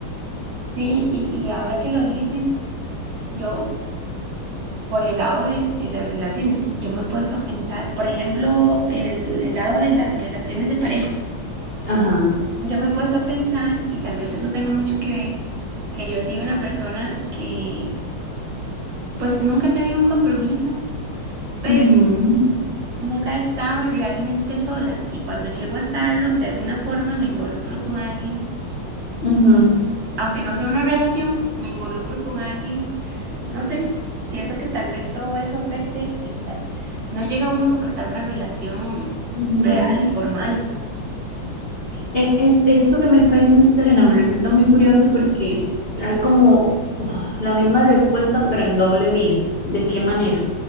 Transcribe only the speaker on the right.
Sí, y, y ahora que lo dicen, yo por el lado de, de las relaciones, yo me he puesto a pensar, por ejemplo, el, el lado de las relaciones de pareja.
Yo me he puesto a pensar, y tal vez eso tenga mucho que ver, que yo he sido una persona que pues nunca he tenido un compromiso, pero
nunca he estado realmente sola. Y cuando llego a estarlo, de alguna forma me involucro con alguien,
aunque no sea una relación, me involucro con alguien No sé, siento que tal vez todo eso afecte en las... No llega uno a concretar una relación
real y formal,